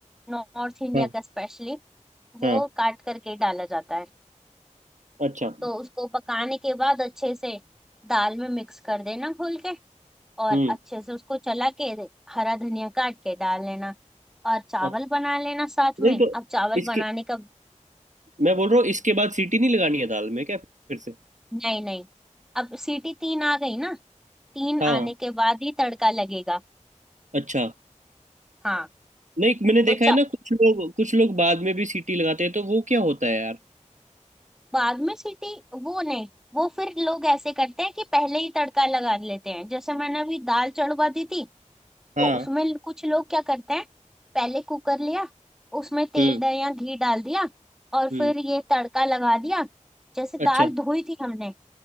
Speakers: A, in the centre; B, on the right.
A: नॉर्थ इंडिया
B: हाँ
A: का स्पेशली वो
B: हाँ
A: काट करके डाला जाता है
B: अच्छा
A: तो उसको पकाने के बाद अच्छे से दाल में मिक्स कर देना घोल के और
B: हम्म
A: अच्छे से उसको चला के हरा धनिया काट के डाल लेना और चावल
B: अच्छा
A: बना लेना साथ में
B: नहीं तो
A: अब चावल
B: इसके
A: बनाने का
B: मैं बोल रहा हूँ इसके बाद सीटी नहीं लगानी है दाल में क्या फिर से
A: नहीं नहीं अब सीटी तीन आ गई ना तीन
B: हाँ
A: आने के बाद ही तड़का लगेगा
B: अच्छा
A: हाँ
B: नहीं मैंने देखा
A: तो चा-
B: है ना कुछ लोग कुछ लोग बाद में भी सीटी लगाते हैं तो वो क्या होता है यार
A: बाद में सीटी वो नहीं वो फिर लोग ऐसे करते हैं कि पहले ही तड़का लगा लेते हैं जैसे मैंने अभी दाल चढ़वा दी थी
B: हाँ
A: तो उसमें कुछ लोग क्या करते हैं पहले कुकर लिया उसमें तेल
B: हम्म
A: डाल या घी डाल दिया और
B: हम्म
A: फिर ये तड़का लगा दिया जैसे दाल
B: अच्छा
A: धोई थी हमने